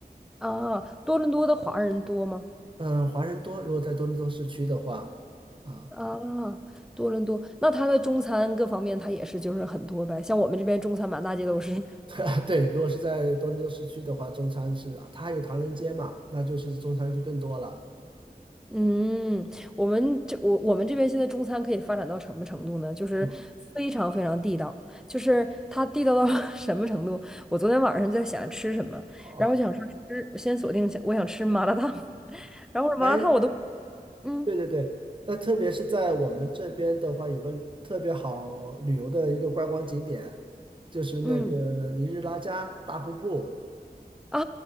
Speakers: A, in the centre; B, on the right.
A: 啊，多伦多的华人多吗？
B: 嗯，华人多，如果在多伦多市区的话啊。
A: 啊，多伦多，那他的中餐各方面，他也是就是很多呗。像我们这边中餐满大街都是。
B: <laughs> 对，如果是在多伦多市区的话，中餐是它还有唐人街嘛，那就是中餐就更多了。
A: 嗯，我们这我我们这边现在中餐可以发展到什么程度呢？就是非常非常地道，
B: 嗯。
A: 就是它地道到 <laughs> 什么程度？我昨天晚上在想吃什么，
B: 哦，
A: 然后我想说吃，我先锁定一下，我想吃麻辣烫，<laughs> 然后我说麻辣烫我都。
B: 哎，
A: 嗯
B: 对对对，那特别是在我们这边的话，有个特别好旅游的一个观光景点，就是那个尼日拉加大瀑布。
A: 嗯啊